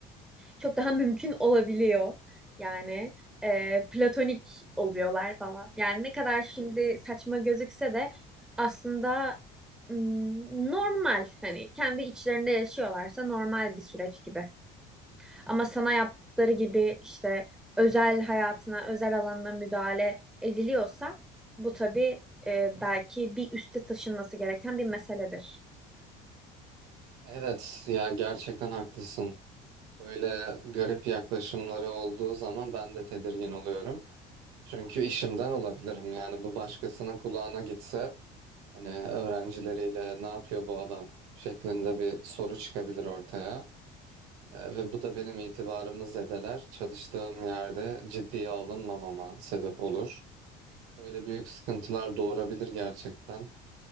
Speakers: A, in the centre; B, on the right.
A: çok daha mümkün olabiliyor. Yani e, platonik oluyorlar falan. Yani ne kadar şimdi saçma gözükse de aslında mm, normal hani kendi içlerinde yaşıyorlarsa normal bir süreç gibi. Ama sana yaptıkları gibi işte özel hayatına, özel alanına müdahale ediliyorsa bu tabii e, belki bir üste taşınması gereken bir meseledir.
B: Evet ya gerçekten haklısın. Böyle garip yaklaşımları olduğu zaman ben de tedirgin oluyorum. Çünkü işimden olabilirim. Yani bu başkasının kulağına gitse hani öğrencileriyle ne yapıyor bu adam şeklinde bir soru çıkabilir ortaya. Ee, Ve bu da benim itibarımı zedeler. Çalıştığım yerde ciddiye alınmamama sebep olur. Böyle büyük sıkıntılar doğurabilir gerçekten.